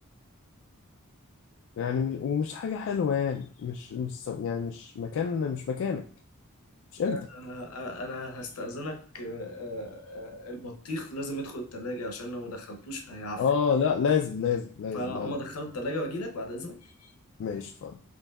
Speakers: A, on the left; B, on the left.
A: يعني مش... ومش حاجة حلوة يعني مش مش يعني مش مكان مش مكانك مش قيمتك
B: آه، آه، آه، انا هستأذنك آه، آه، آه، البطيخ لازم يدخل التلاجة عشان لو ما دخلتوش هيعفن
A: اه لا لازم لازم لازم
B: فاما
A: يلا
B: دخلت التلاجة واجي لك بعد اذنك
A: ماشي اتفضل